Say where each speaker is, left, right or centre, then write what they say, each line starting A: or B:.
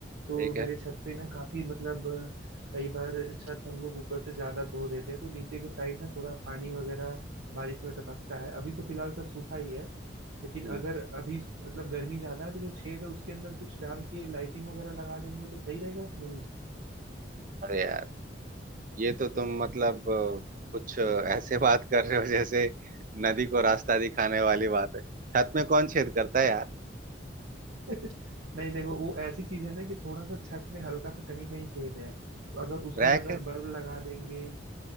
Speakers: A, on the right; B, on the right.
A: तो
B: ठीक
A: मेरे छत पे ना काफी मतलब अ, कई बार छत हम लोग ऊपर से ज्यादा धो देते हैं तो नीचे के साइड ना थोड़ा पानी वगैरह बारिश में टपकता है अभी तो फिलहाल सब सूखा ही है लेकिन
B: है
A: अगर अभी मतलब गर्मी ज्यादा है तो जो छेद है उसके अंदर कुछ डाल के लाइटिंग वगैरह लगा देंगे तो सही रहेगा कि नहीं
B: अरे यार ये तो तुम मतलब अ, कुछ ऐसे बात कर रहे हो जैसे नदी को रास्ता दिखाने वाली बात है छत में कौन छेद करता है यार
A: <laughs> नहीं देखो वो ऐसी चीज है ना कि थोड़ा सा छत में हल्का सा कहीं कहीं छेद है तो अगर उसमें
B: रैक
A: अगर
B: है
A: बल्ब लगा देंगे